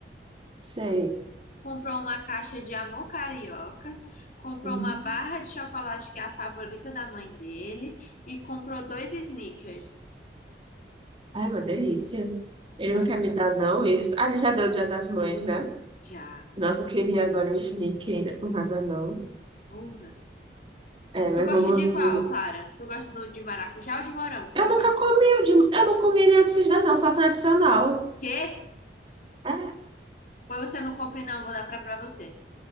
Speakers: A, on the right (about 30°); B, on the left (about 45°).
A: Sei.
B: comprou uma caixa de amor carioca, comprou
A: Hum.
B: uma barra de chocolate que é a favorita da mãe dele e comprou dois snickers
A: Ai, uma delícia. Ele
B: Uhum,
A: não quer me dar, não, isso. Ah, ele já deu o Dia das Mães, né?
B: já.
A: Nossa, eu queria agora um sneak ainda, por nada não.
B: Uva.
A: É, mas
B: Tu gosta
A: vamos.
B: de qual,
A: nos-
B: Clara? Tu gosta do de maracujá ou de morango? você
A: Eu
B: pode
A: nunca
B: pra escolher.
A: comi o de... Eu não comi nenhum desses dois, não, só tradicional.
B: Quê?
A: É.
B: Pois você não compra, não, vou dar pra, pra você.